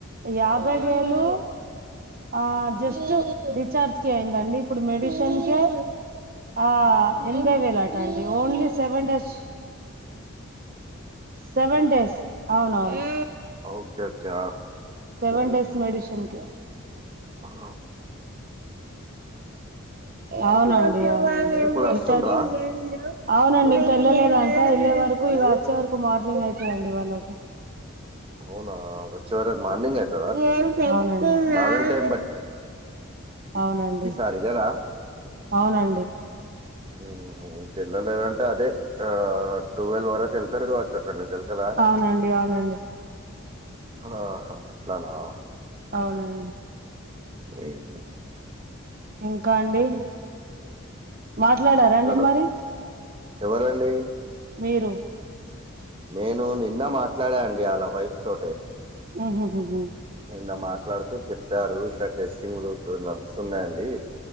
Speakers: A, on the right; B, on the right.
A: యాభై వేలు ఆ జస్ట్ డిస్చార్జ్ కి అయిందండి ఇప్పుడు మెడిస న్ కే ఆ ఎనబై వేలాట అండి only seven days seven days అవునవును
B: okay okay
A: seven days medicine కి
B: ఆహ
A: అవునండి అవునండి
B: ఇప్పుడు వస్తుండ్రా
A: డిస్చార్జ్ అవునండి ఇంక వెళ్ళలేదంటా వెళ్ళే వరకు ఇక వచ్చే వరకు మార్నింగ్ అయితుందండి వాళ్ళకి
B: అవునా వచ్చే వరకు మార్నింగ్ అవుతుందా
A: అవునండి
B: బాగానే టైం
A: అవునండి
B: సరిగాల <unintelligible>
A: అవునండి
B: ఉం ఇంకా వెళ్ల లేదంటే అదే ఆ టువెల్వ్ వరకు వెళ్తారు కావచ్చు అక్కడ నుంచి వెళ్తదా
A: అవునండి అవునండి
B: ఆహా అట్లానా
A: అవునవును
B: <unintelligible>
A: ఇంకా అండి మాట్లాడారండి
B: హలో
A: మరి
B: ఎవరండి
A: మీరు
B: నేను నిన్న మాట్లాడా అండి వాళ్ళ వైఫ్ తోటే.
A: ఆహాహాహా
B: నిన్న మాట్లాడుతూ చెప్పారు ఇలా టెస్టింగ్లు నడుస్తున్నాయండి